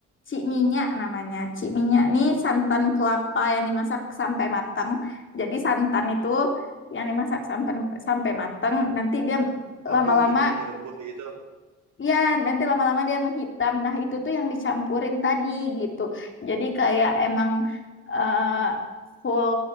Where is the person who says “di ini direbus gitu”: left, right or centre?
Right